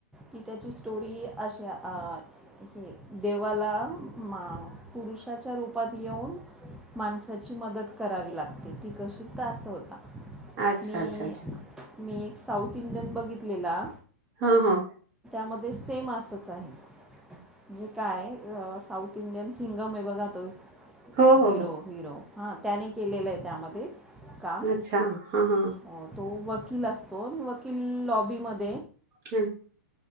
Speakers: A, in the centre; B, on the right (about 40°).
A: मी त्याची स्टोरी अशा अ देवाला मा पुरुषाच्या रूपात येऊन माणसाची मदत करावी लागते. ते ती कशी तर असा होता
B: अच्छा
A: मी
B: अच्छा अच्छा
A: मी साऊथ इंडियन बघितलेला.
B: हा हा
A: मध्ये सेम असच आहे. जे काय साऊथ इंडियन सिंगम आहे बघा तो
B: हो हो हो
A: हिरो हिरो हा त्याने केलेलं आहे त्यामध्ये काम
B: अच्छा हा हा
A: अ तो वकील असतो वकील लॉबी मध्ये
B: हम्म